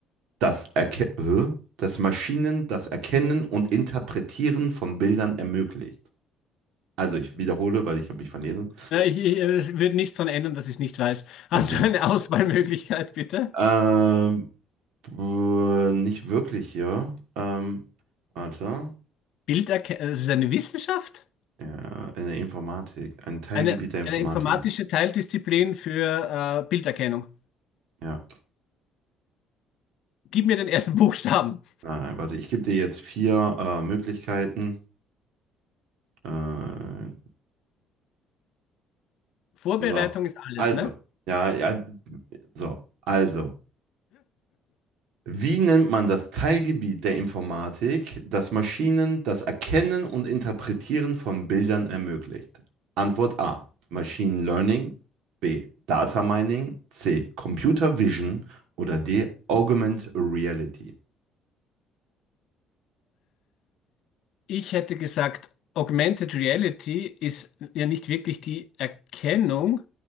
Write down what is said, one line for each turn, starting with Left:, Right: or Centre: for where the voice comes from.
Right: das Erke Hä? das Maschinen, das Erkennen und Interpretieren von Bildern ermöglicht? Also, ich wiederhole, weil ich habe mich verlesen.
Left: Ja, Ich, ich, es wird nichts daran ändern, dass ich es nicht weiß. Hast
Right: Okay.
Left: du eine <laughs> Auswahlmöglichkeit, bitte?
Right: Ähm, äh, nicht wirklich, ja. Ähm, warte.
Left: Bilderkennung, das ist eine Wissenschaft?
Right: Ja, in der Informatik. Ein Teilgebiet
Left: Eine,
Right: der Informatik.
Left: eine informatische Teildisziplin für äh, Bilderkennung.
Right: Ja.
Left: Gib mir den ersten <laughs> Buchstaben.
Right: Nein, warte, ich gebe dir jetzt vier äh, Möglichkeiten. Äh,
Left: Vorbereitung
Right: so.
Left: ist alles,
Right: Also.
Left: ne?
Right: Ja, ja. So. Also. Wie nennt man das Teilgebiet der Informatik, das Maschinen das Erkennen und Interpretieren von Bildern ermöglicht? Antwort A. Machine Learning. B. Data Mining. C. Computer Vision. Oder D. Augmented Reality.
Left: Ich hätte gesagt, Augmented Reality ist ja nicht wirklich die Erkennung,